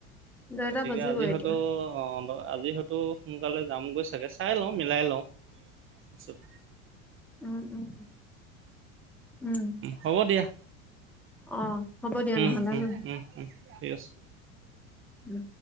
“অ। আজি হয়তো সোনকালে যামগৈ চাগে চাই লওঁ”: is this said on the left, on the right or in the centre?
Right